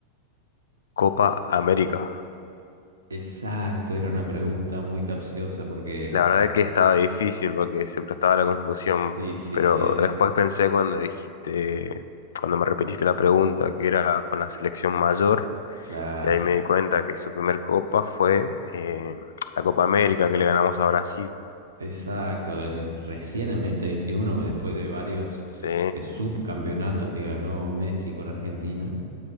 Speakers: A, on the left (about 65°); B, on the right (about 75°).
A: Copa América.
B: Exacto, era una pregunta muy capciosa porque
A: La verdad es que estaba difícil porque se prestaba a la confusión,
B: sí, sí,
A: pero
B: sí, de-
A: después pensé cuando dijiste, cuando me repetiste la pregunta, que era con la selección mayor.
B: claro,
A: Y ahí me di cuenta que su primer copa fue eh, la Copa América que le ganamos a Brasil.
B: exacto. en- recién en 2021, después de varios
A: Sí.
B: eh, subcampeonatos que ganó Messi con Argentina,